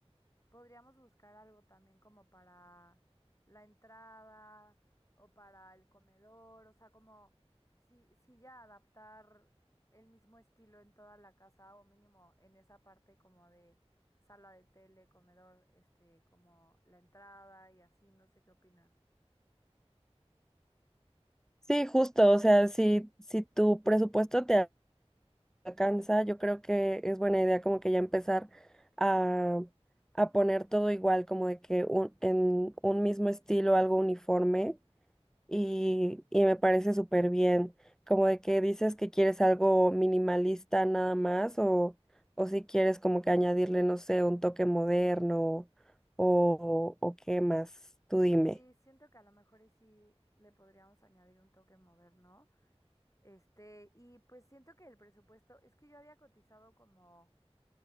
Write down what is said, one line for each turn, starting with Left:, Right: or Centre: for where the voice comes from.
Left: Podríamos buscar algo también como para la entrada o para el comedor, o sea, como si, si ya adaptar el mismo estilo en toda la casa o mínimo en esa parte como de sala de tele, comedor, este, como la entrada y así, no sé qué opinas.
Centre: Sí, justo, o sea, si, si tu presupuesto te alcanza, yo creo que es buena idea como que ya empezar a, a poner todo igual, como de que un, en un mismo estilo, algo uniforme, y, y me parece súper bien, como de que dices que quieres algo minimalista nada más, o, o si quieres como que añadirle, no sé, un toque moderno, o, o qué más, tú dime.
Left: Sí, siento que a lo mejor y sí le podríamos añadir un toque moderno. Este, y pues siento que el presupuesto, es que yo había cotizado como